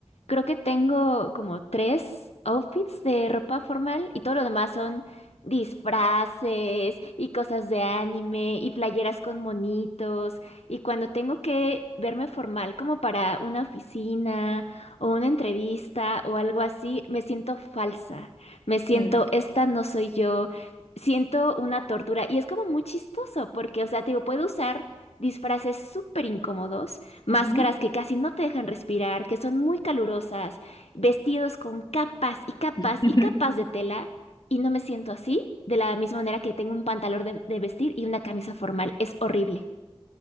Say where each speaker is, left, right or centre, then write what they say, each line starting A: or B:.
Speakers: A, on the left; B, on the left.
A: Creo que tengo como tres outfits de ropa formal y todo lo demás son disfraces y cosas de anime y playeras con monitos. Y cuando tengo que verme formal como para una oficina o una entrevista o algo así, me siento falsa. Me siento,
B: Mm.
A: esta no soy yo. Siento una tortura y es como muy chistoso porque, o sea, te digo, puedo usar disfraces súper incómodos, máscaras
B: Ujú.
A: que casi no te dejan respirar, que son muy calurosas, vestidos con capas y capas
B: <laughs>
A: y capas de tela, y no me siento así, de la misma manera que tengo un pantalón de, de vestir y una camisa formal. Es horrible.